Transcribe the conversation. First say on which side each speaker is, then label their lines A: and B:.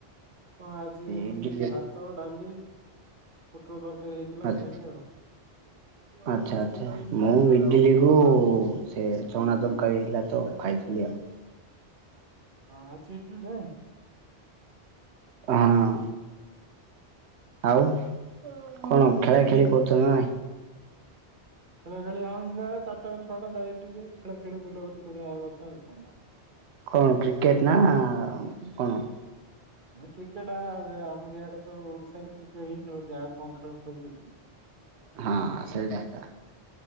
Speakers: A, on the right; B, on the right.
A: କଣ ଆଜି ଏମିତି
B: ଇଡିଲି
A: ଭାତ, ଡାଲି, ପୋଟଳ ତରକାରୀ? ହେଇଥିଲା
B: ଆଚ୍ଛା
A: ଖାଇଲି ଆଉ
B: ଆଚ୍ଛା ଆଚ୍ଛା ମୁଁ ଇଡିଲ କୁ ଓ ସେ ଚଣା ତରକାରୀ ହେଇଥିଲା ତ ଖାଇଥିଲି ଆଉ।
A: ହଁ ଅଛି। <unintelligible>
B: ହଁ ଆଉ କଣ ଖେଳା ଖେଳି କରୁଛ ନା ନାଇ?
A: ଖେଳା ଖେଳି ହଁ ଏମିତି ଏକା ଚାରିଟାରୁ ଛଅଟା ଯାଇ ଟିକେ ଖେଳ ଖେଳି ବୁଲାବୁଲି କରିବା କଥା ଆଉ କଣ?
B: କଣ କ୍ରିକେଟ୍ ନା କଣ?
A: ନାଇ କ୍ରିକେଟ ଆ ଆମର ଇଆଡେ ତ ଓଡିଶାରେ କ୍ରିକେଟ ହିଁ ଖେଳନ୍ତି ଆଉ କଣ ଖେଳ ଖେଳୁଛନ୍ତି କି।
B: ହଁ ସେଇଟା ଏକା